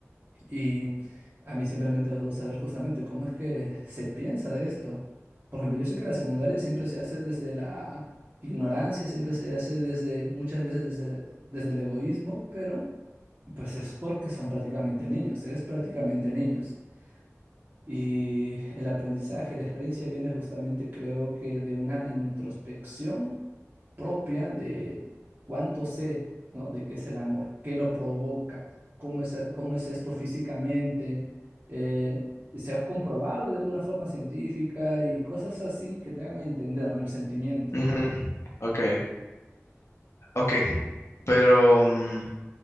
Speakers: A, on the right; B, on the left.
A: Y a mí siempre me ha interesado saber justamente cómo es que se piensa de esto. Por ejemplo, yo sé que la secundaria siempre se hace desde la ignorancia, siempre se hace desde, muchas veces desde, desde el egoísmo, pero pues es porque son prácticamente niños, es prácticamente niños. Y el aprendizaje, la experiencia viene justamente, creo que, de una introspección propia de cuánto sé, ¿no? De qué es el amor, qué lo provoca, cómo es, cómo es esto físicamente. eh, se ha comprobado de alguna forma científica y cosas así que te hagan entender, ¿no? El sentimiento,
B: Ujú, ujú. Ok, ok, pero mm,